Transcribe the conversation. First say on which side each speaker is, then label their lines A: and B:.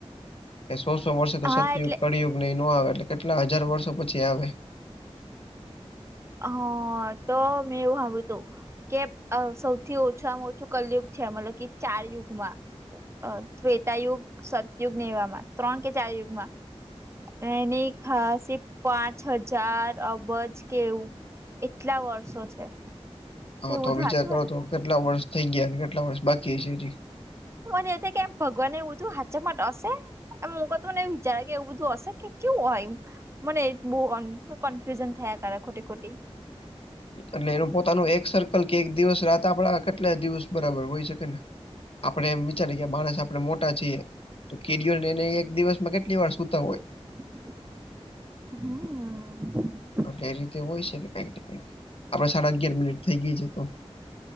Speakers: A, on the left (about 60°); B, on the right (about 25°).
A: કે સો-સો વર્ષે તો
B: હા
A: સતયુગ,
B: એટલે
A: કળિયુગ ને એ નો આવે, એટલે કેટલાં હજાર વર્ષો પછી આવે.
B: હ, તો મેં એવું હાભળ્યું હતું. કે અ સૌથી ઓછામાં ઓછું કલયુગ છે મતલબ કે ચાર યુગમાં અ-અ ત્રેતાયુગ, સતયુગ ને એવામાં ત્રણ કે ચાર યુગમાં એની ખાસી પાંચ હજાર અબજ કેવુંક, એટલા વર્ષો છે. તે
A: હ,
B: એવું
A: તો
B: બધું
A: વિચાર
B: સાચું
A: કરો
B: હોય
A: તો, કેટલા વર્ષ થઇ ગીયા ને, કેટલા વર્ષ બાકી છે હજી.
B: મને એવું થાય કે, એમ ભગવાનને એવું બધું હાચા માટે અશે. અમુકો તો નઈ વિચારે કે, એવું બધું અશે કે કેવું હોય એમ. મને એ જ બો અનકનફ્યુજન થાયા કરે, ખોટી-ખોટી.
A: એટલે એનું પોતાનું એક સર્કલ કે, એક દિવસ-રાત આપડા કેટલા દિવસ બરાબર હોય? છે કે ને, આપડે એમ વિચારીએ, માણસ આપ પણે મોટા છીએ તો, કીડીઓ ને, એ એક દિવસમાં કેટલી વાર સૂતા હોય?
B: હમ.
A: એટલે એ રીતે હોય શકે, કંઈક ને કંઈક, આપડે સાડા અગિયાર મિનિટ થઈ ગઈ છે તો.